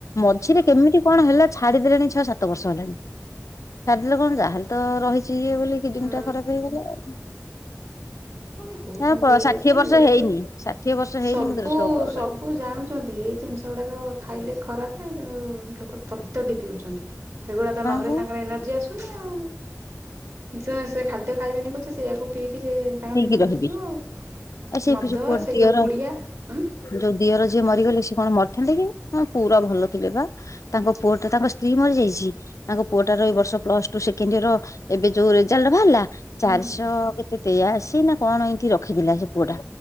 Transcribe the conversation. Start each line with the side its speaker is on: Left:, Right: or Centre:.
Left: ମଝିରେ କେମିତି କଣ ହେଲା ଛାଡ଼ି ଦେଲେଣି ଛଅ ସାତ ବର୍ଷ ହେଲାଣି ଛାଡ଼ିଦେଲେ କଣ ଯାହେଲେ ତ ରହିଛି ଇଏ ବୋଲି କିଡି଼ନୀ
Right: ହୁଁ
Left: ଟା ଖରାପ
Right: ହୁଁ।
Left: ହେଇଗଲା ଆଉ।
Right: କଣ ହଉଛନ୍ତି
Left: ନା ଷାଠିଏ
Right: ଆଜିକାଲି
Left: ବର୍ଷ
Right: ଏତେ
Left: ହେଇନି ଷାଠିଏ ବର୍ଷ ହେଇନି
Right: ସବୁ
Left: ମୋ ଦେଢ଼ ଶୁର। <unintelligible>
Right: ସବୁ ଜାଣୁଛନ୍ତି ଏଇ ଜିନିଷ ଗୁଡ଼ାକ ଖାଇଲେ ଖରାପ କିନ୍ତୁ ଲୋକ ତଡ଼ି ତଡ଼ି ପିଉଛନ୍ତି ସେଗୁଡା଼ ତ ନହେଲେ
Left: ହଁ
Right: ତାଙ୍କର ଏନର୍ଜି ଆସୁନି ଆଉ। ଯେ ସେ ଖାଦ୍ୟ ଖାଇବେନି ପଛେ ସେଇୟାକୁ ପିଇକି ସେ ତାଙ୍କ
Left: ହେଇକି
Right: ଦିନ
Left: ରହିବି
Right: କଟିଯିବ ଆଉ
Left: ସେ
Right: ମଦ
Left: ଯୋଉ ପୁଅ
Right: ସେ
Left: ଦିଅର
Right: ଯୋଉ ପୁଡ଼ିଆ। ଉଁ?
Left: ଯୋଉ ଦିଅର ଯିଏ ମରିଗଲେ ସିଏ କଣ ମରିଥାନ୍ତେ କି ପୁରା ଭଲ ଥିଲେ ବା ତାଙ୍କ ପୁଅଟା ତାଙ୍କ ସ୍ତ୍ରୀ ମରିଯାଇଛି ତାଙ୍କ ପୁଅଟାର ଏଇବର୍ଷ ପ୍ଲସଟୁ ସେକେଣ୍ଡ ଇୟର ଏବେ ଯୋଉ ରେଜଲ୍ଟ ବାହାରିଲା
Right: ହୁଁ
Left: ଚାରିଶହ
Right: ହୁଁ
Left: କେତେ ତେୟାଆସି ନା କଣ ଏମତି ରଖିଥିଲା ସେ ପୁଅ ଟା।